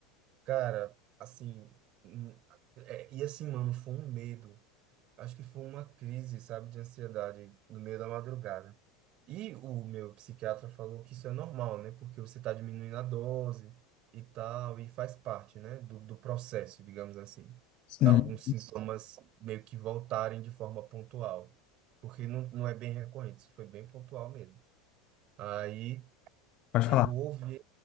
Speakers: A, on the right; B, on the left.
A: Cara, assim. hum, é, e assim, mano, foi um medo. Acho que foi uma crise, sabe, de ansiedade no meio da madrugada. E o meu psiquiatra falou que isso é normal, né? Porque você está diminuindo a dose e tal, e faz parte, né, do, do processo, digamos assim.
B: Sim.
A: Alguns sintomas meio que voltarem de forma pontual, porque não, não é bem recorrente, isso foi bem pontual mesmo. Aí
B: Pode
A: eu
B: falar.
A: ouvi